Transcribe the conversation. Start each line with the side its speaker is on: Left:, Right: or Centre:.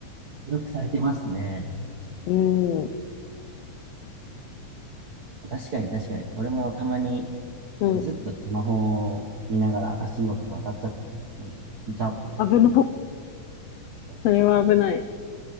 Right: 努力されてますね。
Left: うん、う
Right: 確かに確かに。俺もたまに
Left: ん、
Right: ずっとスマホを見ながら赤信号とか渡っちゃったとか、見ちゃうこと
Left: 危ない。<laughs>
Right: とか。
Left: それは危ない。